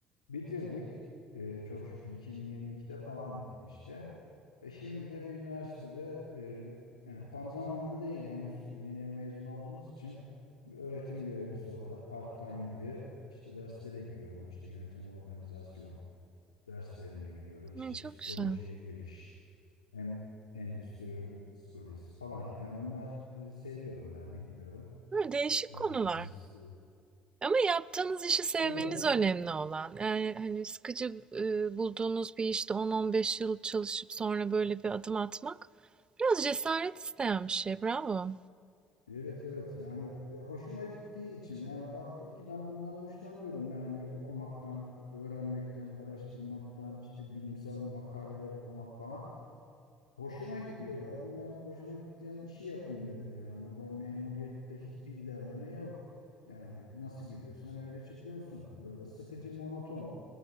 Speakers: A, on the left; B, on the right.
A: Bitirdik. Ee, çok şükür 2022'de falan bitti işte. Ve şimdi de bir üniversitede e, yani tam zamanlı değil henüz yeni mezun olduğumuz için bir öğretim görevlisi olarak part-time gibi e, işte derslere giriyorum. İşte yönetim organizasyon derslerine giriyorum. İşte
B: Ay, çok
A: psikolojiye
B: güzel.
A: giriş, hem endüstri örgüt psikolojisi falan. Yani bunlar e, seviyorum ben bilmiyorum.
B: Hı, değişik
A: Ee,
B: konular.
A: siz e,
B: Ama yaptığınız işi sevmeniz
A: Tabii tabii.
B: önemli olan. Yani hani sıkıcı e, bulduğunuz bir işte 10-15 yıl çalışıp sonra böyle bir adım atmak biraz cesaret isteyen bir şey. Bravo.
A: Evet evet yani e, hoşuma gittiği için yani baktım ki ben bundan hoşlanıyorum yani okumaktan, öğrenmekten, araştırmaktan, işte bilimsel makaleler okumak falan. Hoşuma gidiyor. Ya dedim ben hoşuma giden işi yapayım dedim yani. Burada memuriyette hiçbir ilerleme yok. Yani nasıl giriyorsan öyle çıkıyorsun. Böyle sıkıcı, monoton.